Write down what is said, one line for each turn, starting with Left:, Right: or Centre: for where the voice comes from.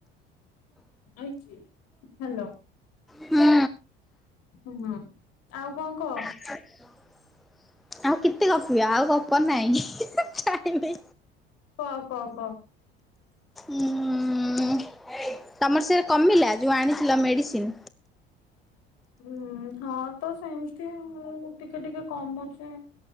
Left: ଆଲି <unintelligible> ହାଲୋ।
Centre: ହୁଁ
Left: ହୁଁ, ଆଉ କଁ କହ?
Centre: ଆସ। କେତେ ଗପିବେ ଆଉ ଗପ ନାଇଁ <unintelligible> ଟାଇମି
Left: କ କ କ।
Centre: ଉଁ ତମର ସେଟା କମିଲା ଯୋଉ ଆଣିଥିଲ ମେଡ଼ିସିନ୍?
Left: ଉଁ ହଁ ତ ସେମିତି ମୁଁ ଟିକେ ଟିକେ କମୁଚି।